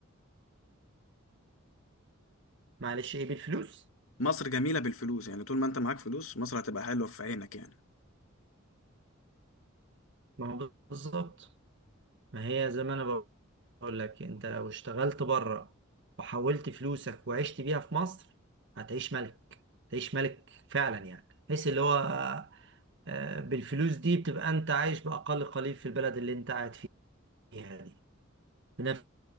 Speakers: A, on the right (about 60°); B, on the left (about 75°).
A: معلش ايه بالفلوس
B: مصر جميله بالفلوس يعني طول ما انت معاك فلوس مصر هتبقى حلوه في عينك يعني
A: ما هو بالظبط ما هي زي ما انا بقول لك انت لو اشتغلت بره وحولت فلوسك وعشت بيها في مصر هتعيش ملك تعيش ملك فعلا يعني بحيث اللي هو آه، بالفلوس دي بتبقى انت عايش باقل قليل في البلد اللي انت قاعد فيها دي بنفس